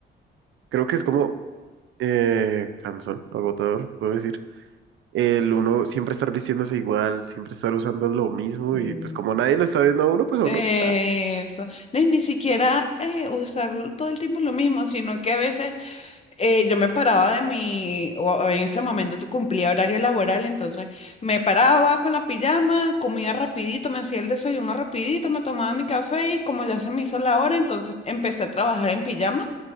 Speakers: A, on the right; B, on the left.
A: creo que es como eh, cansón, agotador, puedo decir. El uno siempre estar vistiéndose igual, siempre estar usando lo mismo
B: Sí.
A: y pues como nadie lo está viendo a uno, pues a
B: Eso.
A: uno, ah,
B: No, y ni siquiera eh, usar todo el tiempo lo mismo, sino que a veces eh, yo me paraba de mi, o- o en ese momento te- cumplía horario laboral, entonces me paraba con la pijama, comía rapidito, me hacía el desayuno rapidito, me tomaba mi café y como ya se me hizo la hora, entonces empecé a trabajar en pijama